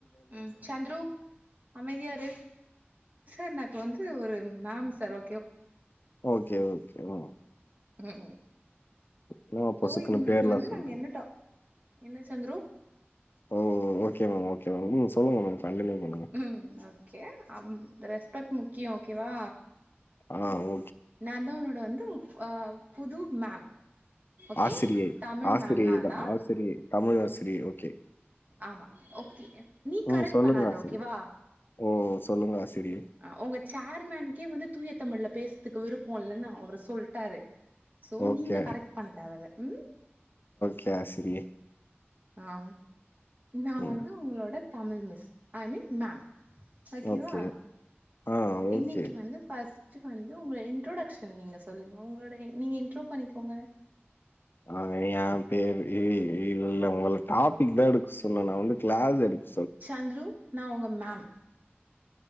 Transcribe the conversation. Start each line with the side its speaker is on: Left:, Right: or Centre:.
Right: ம் சந்த்ரு அமைதியா இரு சார் நா இப்ப வந்து ஒரு மேம் சார் ஓ
Left: ஓகே ஓகே ம்
Right: ம்ம்
Left: என்னம்மா பொசுக்குன்னு
Right: சோ இன்னைக்கு
Left: பேர்லாம்
Right: வந்து
Left: சொல்றீங்க?
Right: நாங்க என்னட் டா என்ன சந்துரு
Left: ஓ! Okay ma'am, okay ma'am. ம். சொல்லுங்க மேம். கன்டின்யூ பண்ணுங்க.
Right: ம் ஓகே <unintelligible> ப்பட் முக்கியோ ஓகேவா
Left: ஆ ஓ
Right: நா தா உன்னோட வந்து ஆ புது மேம் ஓகே
Left: ஆசிரியை.
Right: தமிழ்
Left: ஆசிரியை
Right: மேம் நா
Left: தான்.
Right: தா
Left: ஆசிரியை. தமிழ் ஆசிரியை. ஓகே.
Right: ஆமா ஓகே நீ
Left: ம்.
Right: கரெக்ட்
Left: சொல்லுங்க
Right: பண்ணாத
Left: ஆசிரியை.
Right: ஓகேவா
Left: ஓ சொல்லுங்க ஆசிரியை.
Right: ஆ உங்க சேர்மேன்க்கே வந்து தூய தமிழ்ல பேசதுக்கு விருப்போம் இல்லன்னு அவரு சொல்ட்டாரு சோ
Left: ஓகே
Right: நீங்க கரெக்ட் பண்ண தேவயில்ல ம்
Left: கே ஆசிரியை
Right: ஆ நா
Left: ம்.
Right: வந்து உங்களோட Tamil miss I mean ma'am ஓகேவா
Left: ஓகே. ஆ ஓகே.
Right: இன்னைக்கு வந்து பஸ் வந்து உங்க இன்ட்ரொடக்ஷன் நீங்க சொல்லுங்க உங்களோட நீங்க இன்ட்ரோ பண்ணிக்கோங்க
Left: அ ஏன் பேரு இ இல்ல உங்கள டாபிக் தா எடுக்க சொன்ன நா வந்து கிளாஸ் எடுக்
Right: சந்தரு நான் உங்க மேம்